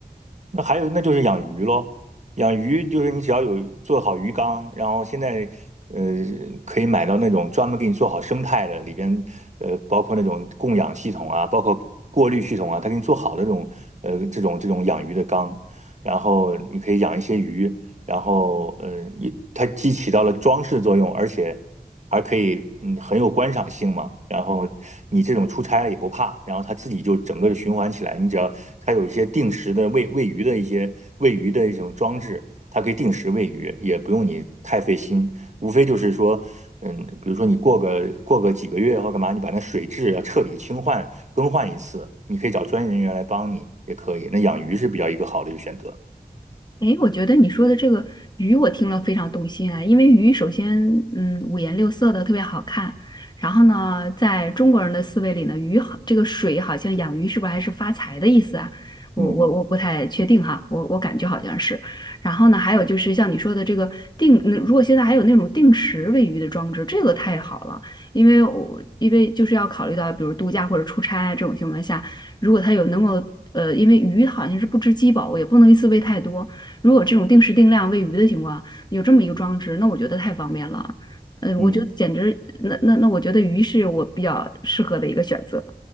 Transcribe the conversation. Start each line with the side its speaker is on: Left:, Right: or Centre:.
Right: 那还有，那就是养鱼喽。养鱼就是你只要有做好鱼缸，然后现在呃可以买到那种专门给你做好生态的，里边呃包括那种供氧系统啊，包括过滤系统啊，它给你做好的这种呃这种这种养鱼的缸，然后你可以养一些鱼，然后呃也它既起到了装饰作用，而且还可以，嗯，很有观赏性嘛。然后你这种出差了也不怕，然后它自己就整个的循环起来。你只要它有一些定时的喂喂鱼的一些喂鱼的一种装置，它可以定时喂鱼，也不用你太费心。无非就是说，嗯，比如说你过个过个几个月或干嘛，你把那水质要彻底清换更换一次，你可以找专业人员来帮你也可以。那养鱼是比较一个好的一个选择。
Left: 诶，我觉得你说的这个鱼，我听了非常动心啊。因为鱼首先，嗯，五颜六色的，特别好看。然后呢，在中国人的思维里呢，鱼好，这个水好像养鱼是不是还是发财的意思啊？我我我不太确定哈，
Right: 嗯
Left: 我我感觉好像是。然后呢，还有就是像你说的这个定，嗯如果现在还有那种定时喂鱼的装置，这个太好了，因为我因为就是要考虑到，比如度假或者出差啊这种情况下，如果它有能够。呃，因为鱼好像是不知饥饱，我也不能一次喂太多，如果这种定时定量喂鱼的情况，有这么一个装置，那我觉得太方便了。呃，我觉得简直，
Right: 嗯。
Left: 那那那，我觉得鱼是我比较适合的一个选择。